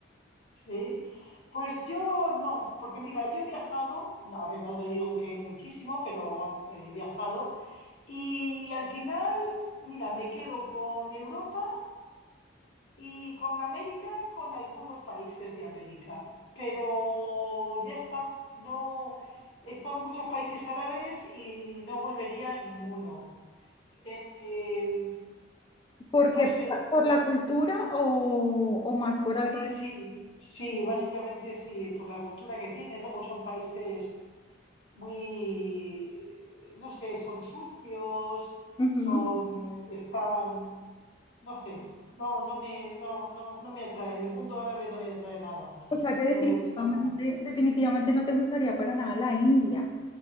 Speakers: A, on the left (about 85°); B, on the left (about 25°).
A: ¿Sí? Pues yo no, porque mira, yo he viajado, no, a ver, no te digo que muchísimo, pero vamos, he viajado Y al final, mira, me quedo con Europa y con América, con algunos países de América. Pero ya está, no he estado en muchos países árabes y no volvería a ninguno. Eh,
B: ¿Por qué?
A: no sé,
B: ¿Por por la cultura o, o más por algo
A: sí,
B: de...
A: sí, sí, básicamente sí, por la cultura que tiene. Luego son países muy, no sé, son sucios,
B: Ujú.
A: son, están No sé, no, no me, no, no, no me atrae. El mundo árabe no me atrae nada.
B: O sea que definitivamente,
A: No me gusta nada.
B: definitivamente no te gustaría para nada la India.